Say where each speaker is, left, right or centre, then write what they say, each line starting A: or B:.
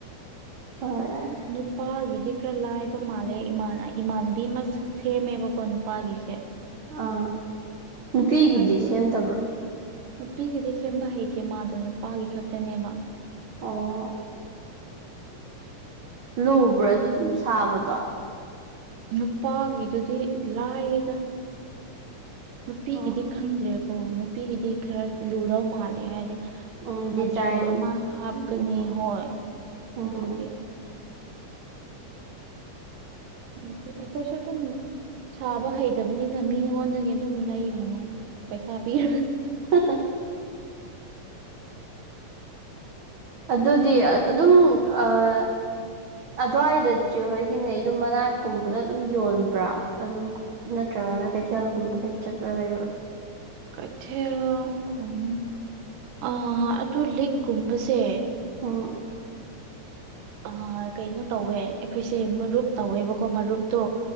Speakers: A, on the right (about 65°); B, on the right (about 85°).
A: ꯍꯣꯏ
B: ꯅꯨꯄꯥꯒꯤꯗꯤ ꯈꯥꯔ ꯂꯥꯏꯕ ꯃꯥꯜꯂꯦ ꯏꯃꯥꯟ ꯏꯃꯥꯟꯅꯕꯤ ꯑꯃ ꯁꯦꯝꯃꯦꯕꯀꯣ ꯅꯨꯄꯥꯒꯤꯁꯦ
A: ꯑꯥ ꯅꯨꯄꯤꯒꯤꯗꯤ
B: ꯑꯗꯣ
A: ꯁꯦꯝꯗꯕ꯭ꯔꯣ
B: ꯅꯨꯄꯤꯒꯤꯗꯤ ꯁꯦꯝꯕ ꯍꯩꯇꯦ ꯃꯥꯗꯣ ꯅꯨꯄꯥꯒꯤ ꯈꯛꯇꯅꯦꯕ
A: ꯑꯣ ꯂꯨꯕ꯭ꯔꯥ ꯑꯗꯨ ꯑꯗꯨꯝ ꯁꯥꯕꯗꯣ
B: ꯅꯨꯄꯥꯒꯤꯗꯨꯗꯤ ꯂꯥꯏꯌꯦꯗ ꯅꯨꯄꯤꯒꯤꯗꯤ
A: ꯑꯣ
B: ꯈꯪ ꯈꯪꯗ꯭ꯔꯦꯀꯣ ꯅꯨꯄꯤꯒꯤꯗꯤ ꯈꯥꯔ ꯂꯨꯗꯧ ꯃꯥꯜꯂꯦ ꯍꯥꯏꯗꯤ
A: ꯎꯝ ꯗꯤꯖꯥꯏꯟ
B: ꯃꯆꯨ ꯑꯃ ꯍꯥꯞꯀꯅꯤ
A: ꯎꯝ
B: ꯍꯣꯏ
A: ꯎꯝ
B: ꯑꯗꯨꯒꯤ ꯂꯨꯗꯦ ꯑꯩꯈꯣꯏꯁꯨ ꯑꯗꯨꯝ ꯁꯥꯕ ꯍꯩꯇꯕꯅꯤꯅ ꯃꯤꯉꯣꯟꯗꯒꯤ ꯑꯗꯨꯝ ꯂꯩꯔꯤꯅꯦ ꯄꯩꯁꯥ ꯄꯤꯔꯒ
A: ꯍꯥ ꯍꯥ ꯑꯗꯨꯗꯤ ꯑꯗꯨꯝ ꯑꯥ ꯑꯗꯨꯋꯥꯏꯗ ꯆꯦ ꯍꯣꯏꯒꯤꯅꯦ ꯌꯨꯝ ꯃꯅꯥꯛꯀꯨꯝꯕꯗ ꯑꯗꯨꯝ ꯌꯣꯟꯕ꯭ꯔꯥ ꯑꯗꯨꯝ ꯅꯠꯇ꯭ꯔꯒꯅ ꯀꯩꯊꯦꯜꯒꯨꯝꯕꯗꯩ ꯆꯠꯂꯒ ꯂꯩꯕ꯭ꯔꯥ
B: ꯀꯩꯊꯦꯜꯒꯨꯝ ꯑꯥ ꯑꯗꯨ ꯂꯤꯛꯀꯨꯝꯕꯁꯦ
A: ꯎꯝ
B: ꯑꯥ ꯀꯩꯅꯣ ꯇꯧꯋꯦ ꯑꯩꯈꯣꯏꯁꯦ ꯃꯔꯨꯞ ꯇꯧꯋꯦꯕꯀꯣ ꯃꯔꯨꯞꯇꯣ